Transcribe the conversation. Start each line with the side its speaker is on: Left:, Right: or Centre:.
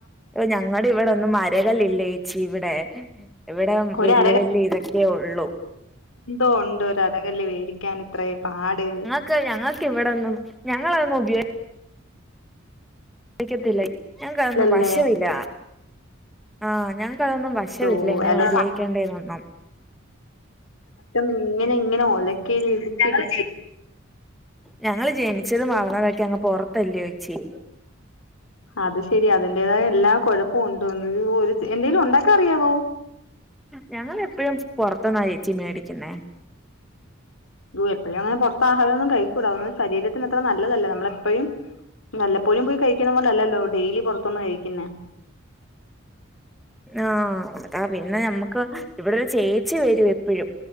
Centre: ഞങ്ങടെ ഇവിടെ ഒന്നും അര കല്ല് ഇല്ലേ ച്ചി ഇവിടെ ഇവിടെ
Left: ഒരു
Centre: വല്യ
Left: അര
Centre: വല്യ ഇതൊക്കെ ഒള്ളൂ
Left: എന്തോ ഉണ്ട് ഒരു അര കല്ല് വേടിക്കാൻ ഇത്രേ പാട്
Centre: ക്ക് ഞങ്ങൾക്ക് ഇവിടോന്നും ഞങ്ങളൊന്നും ഉപയോ ഗത്തില്ല ഞങ്ങക്ക്
Left: ആറ്റില്ലല്ലേ
Centre: അതൊന്നും വശവില്ല ആഹ് ഞങ്ങക്ക് അതൊന്നും വ ശവില്ല
Left: ഓ
Centre: എങ്ങനെ
Left: അല്ലെ
Centre: ഉപയോഗിക്കേണ്ടേനൊന്നും
Left: ട്ടം ഇങ്ങനെ ഇങ്ങനെ ഒലക്കെൽ ഇടുച്ചിടിച്ചു ഞങ്ങള് <unintelligible>
Centre: ഞങ്ങൾ ജനിച്ചതും വളർന്നതൊക്കെ അങ്ങ് പുറത്തല്ലയോ ചേച്ചി
Left: അത് ശെരി അതിന്റേതായ എല്ലാ കൊഴപ്പോം ഉണ്ട് ഒരു എന്തെലും ഉണ്ടാക്കൻ അറിയാവോ
Centre: ഞങ്ങൾ എപ്പഴും പുറത്തുന്നാ ചേച്ചി മേടിക്കുന്നേ
Left: വോ എപ്പോഴും അങ്ങനെ പുറത്ത ആഹാരം ഒന്നും കഴിക്കൂട അതൊന്നും ശരീരത്തിന് അത്ര നല്ലതല്ല നമ്മൾ എപ്പഴും വല്ലപ്പോഴും പോയി കഴിക്കുന്ന പോല അല്ലല്ലോ ഡെയിലി പുറത്തുന്ന് കഴിക്കുന്നേ
Centre: ആഹ് അതാ പിന്നെ നമ്മുക്ക് ഇവിടെ ഒരു ചേ ച്ചി വരും എപ്പോഴും